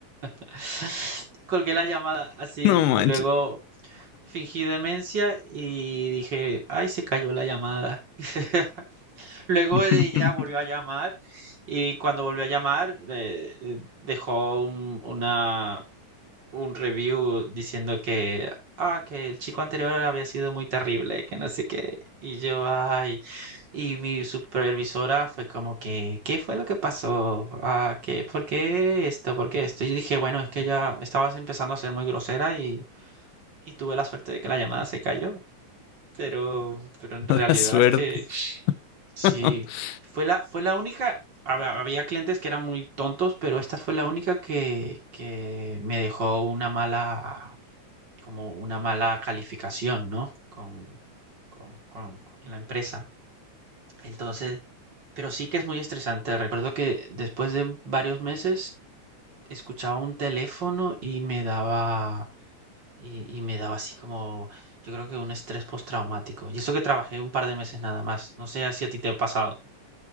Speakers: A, on the right (about 35°); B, on the left (about 85°).
A: <laughs> Colgué la llamada así,
B: No
A: y
B: manches.
A: luego Fingí demencia y dije, ay, se cayó la llamada. <laughs> Luego
B: <laughs>
A: ella volvió a llamar y cuando volvió a llamar eh, eh, dejó un, una, un review diciendo que, ah, que el chico anterior había sido muy terrible, que no sé qué. Y yo, ay, y mi supervisora fue como que, ¿qué fue lo que pasó? Ah, ¿qué, por qué esto? ¿Por qué esto? Y yo dije, bueno, es que ya estabas empezando a ser muy grosera y, y tuve la suerte de que la llamada se cayó pero, pero en realidad
B: Mala suerte.
A: es que sí,
B: <laughs>
A: fue la, fue la única, hab- había clientes que eran muy tontos, pero esta fue la única que, que me dejó una mala, como una mala calificación, ¿no? Con, con, con, con la empresa. Entonces, pero sí que es muy estresante. Recuerdo que después de varios meses escuchaba un teléfono y me daba Y, y me daba así como, yo creo que un estrés postraumático. Y eso que trabajé un par de meses nada más. No sé si a ti te ha pasado.